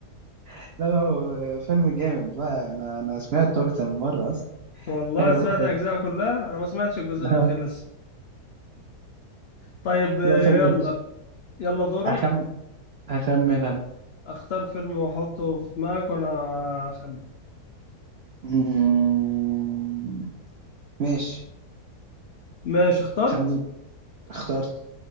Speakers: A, on the right; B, on the left.
A: <laughs> لا لا، هو فيلم جامد بقى أنا أنا سمعته أكتر من مرة أصلا
B: والله
A: حلو
B: سمعت
A: حلو
B: أجزاء كلها أنا ما سمعتش الجزء
A: <laughs>
B: الأخير لسه طيب آه،
A: لا فيلم
B: يلا يلا دورك
A: أخمن أخمن أنا
B: اختار فيلم واحطه في دماغك وانا اخمن
A: مم، ماشي
B: ماشي اخترت
A: خمن اخترت